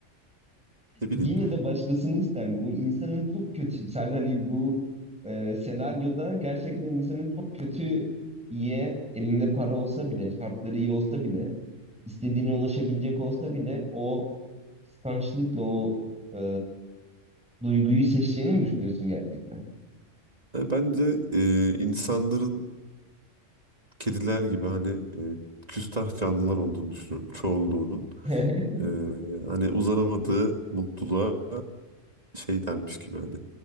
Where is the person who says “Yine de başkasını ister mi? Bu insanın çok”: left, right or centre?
Centre